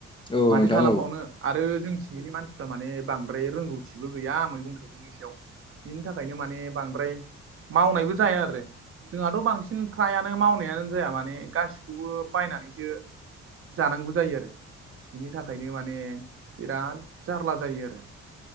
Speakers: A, on the left; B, on the right.
A: औ
B: माथो
A: नोंथां
B: खालामबावनो
A: औ
B: आरो जोंथियैनि मानसिफ्रा माने बांद्राय रोंगौथिबो गैया मैगं थाइगं सुबुंनि सायाव बिनि थाखायनो माने बांद्राय मावनायबो जाया आरो जोंहाथ' बांसिन फ्रायानो मावनाया जाया माने गासिखौबो बायनानैसो जानांगौ जायो आरो। बिनि थाखायनो माने बिराद जारला जायो आरो।